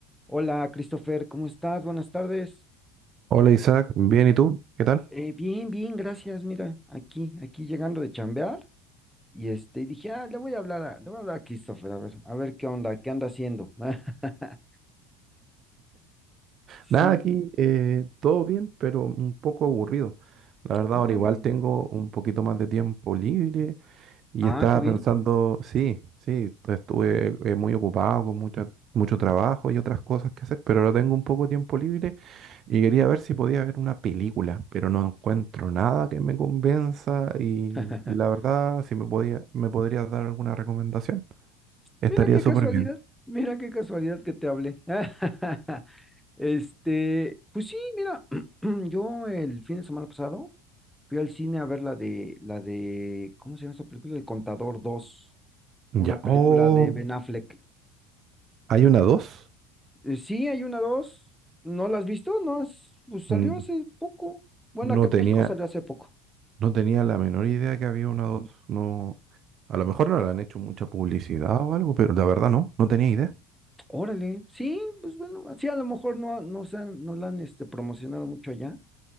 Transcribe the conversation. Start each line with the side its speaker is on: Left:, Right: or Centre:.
Centre: Hola, Christopher, ¿cómo estás? Buenas tardes.
Right: Hola Isaac, bien, ¿y tú? ¿Qué tal?
Centre: Eh, bien, bien, gracias. Mira, aquí, aquí llegando de chambear y este, y dije, ah, le voy a hablar a, le voy a hablar a Christopher, a ver, a ver qué onda, qué anda haciendo. <laughs>
Right: Nada,
Centre: Sí,
Right: aquí eh, todo bien, pero un poco aburrido. La verdad,
Centre: órale.
Right: ahora igual tengo un poquito más de tiempo libre y
Centre: Ah,
Right: estaba
Centre: qué bien.
Right: pensando, sí, sí, estuve eh, muy ocupado con mucha- mucho trabajo y otras cosas que hacer, pero ahora tengo un poco de tiempo libre y quería ver si podía ver una película, pero no encuentro nada que me convenza y
Centre: <laughs>
Right: la verdad, si me podía, me podrías dar alguna recomendación, estaría
Centre: Mira qué
Right: súper
Centre: casualidad,
Right: bien.
Centre: mira qué casualidad que te hablé. <laughs> Este, pues sí, mira, <clears throat> yo el fin de semana pasado fui al cine a ver la de, la de, ¿cómo se llama esta película? El Contador dos.
Right: Ya.
Centre: Una película
Right: Oh,
Centre: de Ben Affleck.
Right: ¿hay una dos?
Centre: Eh, sí, hay una, dos. ¿No la has visto? No, es- pues salió
Right: N-
Centre: hace poco. Bueno,
Right: No
Centre: acá en
Right: tenía,
Centre: México salió hace poco.
Right: no tenía la menor idea que había una dos. No, a lo mejor no le han hecho mucha publicidad o algo, pero la verdad no, no tenía idea.
Centre: Órale, sí, pues bueno, así a lo mejor no, no se han- no la han este, promocionado mucho allá,